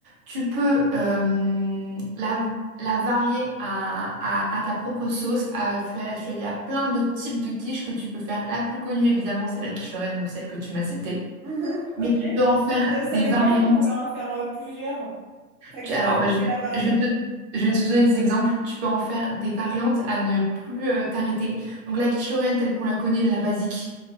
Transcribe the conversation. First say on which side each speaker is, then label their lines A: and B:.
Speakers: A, on the right; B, on the right.
A: Tu peux euh, la, la varier à, à, à ta propre sauce. À faire, tu as- il y a plein de types de quiches que tu peux faire. La plus connue, évidemment, c'est la quiche Lorraine, donc celle que tu m'as citée.
B: Mhm,
A: Mais
B: ok.
A: tu peux en faire
B: Je
A: des
B: savais
A: variantes.
B: pas qu'on pouvait en faire euh, plusieurs. Enfin,
A: Tu-
B: que
A: Alors,
B: vous
A: bah, je,
B: pouvez
A: vais
B: la varier.
A: je vais te, je vais te donner des exemples. Tu peux en faire des variantes à ne plus euh, t'arrêter. Donc, la quiche Lorraine, telle qu'on la connaît, la basique,